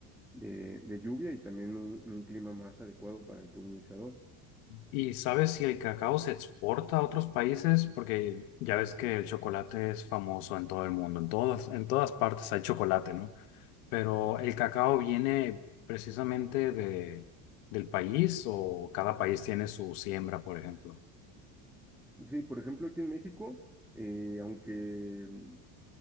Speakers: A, in the centre; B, on the left.
A: de, de lluvia y también un, un clima más adecuado para el polinizador.
B: ¿Y sabes si el cacao se exporta a otros países? Porque ya ves que el chocolate es famoso en todo el mundo. En todas, en todas partes hay chocolate, ¿no? Pero el cacao viene precisamente de, del país o cada país tiene su siembra, por ejemplo.
A: Sí, por ejemplo, aquí en México, eh, aunque mm,